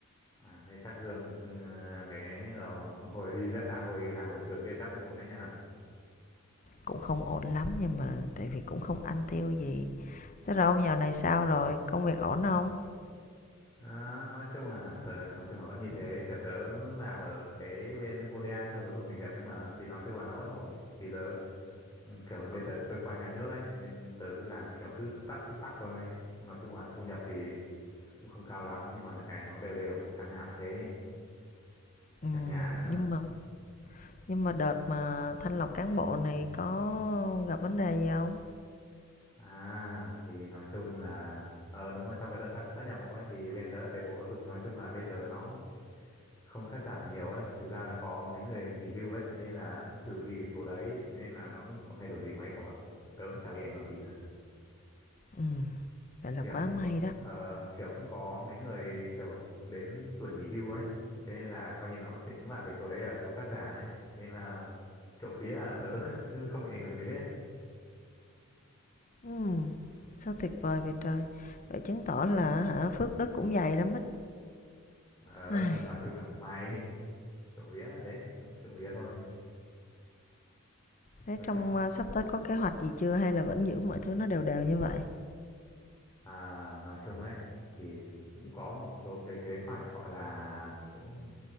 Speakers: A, on the left; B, on the left.
A: À, thế chắc lương ờ, cái ờ, hồi đi dạy à hồi làm ở trường kia chắc cũng ổn đấy nhờ.
B: Cũng không ổn lắm nhưng mà tại vì cũng không ăn tiêu gì. Thế rồi ông dạo này sao rồi? Công việc ổn không?
A: Đó, nói chung là tớ nói chung là vẫn như thế kiểu tớ làm ở cái bên ODA cho giáo dục nghề nghiệp ấy mà thì nói chung là nó vẫn ổn thì tớ ừ, kiểu bên tớ cơ quan nhà nước ấy nên tớ cứ làm kiểu cứ túc tắc túc tắc thôi nói chung là thu nhập thì cũng không cao lắm nhưng mà được cái nó đều đều tháng nào cũng thế với
B: Ừ,
A: cả nhàn nữa
B: nhưng mà nhưng mà đợt mà thanh lọc cán bộ này có gặp vấn đề gì không?
A: à thì nói chung là ờ đúng rồi sau cái đợt sát nhập bộ ấy thì bên tớ lại về bộ giáo dục nói chung là bên tớ nó không cắt giảm được nhiều ấy thực ra là có mấy người nghỉ hưu ấy thế nên là cũng trừ đi cái số đấy thế nên là nó cũng không thay đổi gì mấy cậu ạ tớ cũng chả bị ảnh hưởng gì cả
B: Ừ, vậy là
A: kiểu
B: quá
A: cũng
B: may
A: có
B: đó.
A: ờ, kiểu cũng có mấy người kiểu đến tuổi nghỉ hưu ấy thế nên là coi như nó tính vào cái số đấy là số cắt giảm ấy thế nên là trộm vía là tớ <laughs> không bị ảnh hưởng gì hết
B: Ừ, sao tuyệt vời vậy trời. Vậy chứng tỏ là hả phước đức cũng dày lắm ít.
A: Ờ,
B: Ai,
A: <laughs> nói chung là cũng may trộm vía là thế trộm vía thôi
B: Thế
A: với
B: trong
A: cả
B: à, sắp tới có kế hoạch gì chưa hay là vẫn giữ mọi thứ nó đều đều như vậy?
A: À, nói chung ấy thì cũng có một số cái kế hoạch gọi là cũng